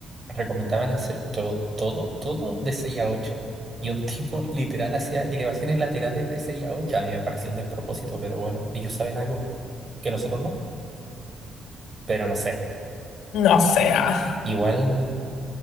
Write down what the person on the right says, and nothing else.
recomendaban hacer todo, todo, todo de seis a ocho Y un tipo literal hacía elevaciones laterales de seis a ocho A mí me pareció un despropósito, pero bueno, ellos saben algo que nosotros no. Pero no sé.
Igual